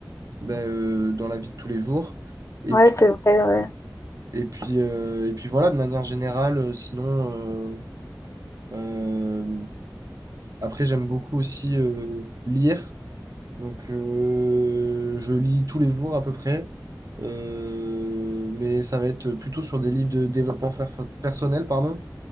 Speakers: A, on the right; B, on the left.
A: ben, euh, dans la vie de tous les jours. Et
B: Ouais,
A: puis,
B: c'est vrai, ouais.
A: et puis, euh, et puis voilà, de manière générale, euh, sinon... euh, Euh, après, j'aime beaucoup aussi euh, lire. Donc, euh, je lis tous les jours à peu près. Euh, mais ça va être plutôt sur des livres de développement fer- personnel, pardon.